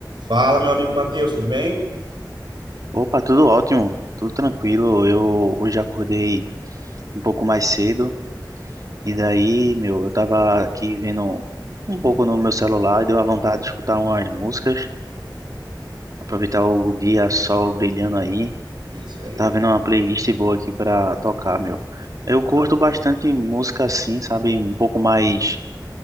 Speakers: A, on the right; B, on the right.
A: Fala, meu amigo Matheus, tudo bem?
B: Opa, tudo ótimo, tudo tranquilo. Eu hoje acordei um pouco mais cedo e daí, meu, eu tava aqui vendo um pouco no meu celular e deu uma vontade de escutar umas músicas, aproveitar o dia, sol brilhando aí.
A: Isso aí.
B: Tava vendo uma playlist boa aqui pra tocar, meu. Eu curto
A: Ah, o-
B: bastante música assim, sabe, um pouco mais